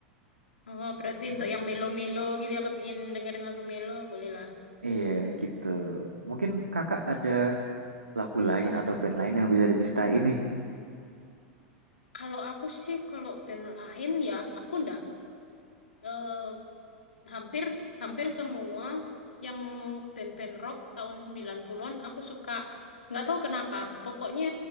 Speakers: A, on the left; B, on the right.
A: Oh, berarti
B: Mhm.
A: untuk yang melo-melo gitu ya, kepingin dengerin lagu melo, boleh lah.
B: Iya gitu. Mungkin Kakak ada lagu lain atau band lain yang bisa diceritain nih.
A: Kalau aku sih, kalau band lain ya, aku ndak eh, hampir hampir semua yang band-band rock tahun 90-an aku suka. Nggak tahu kenapa. Pokoknya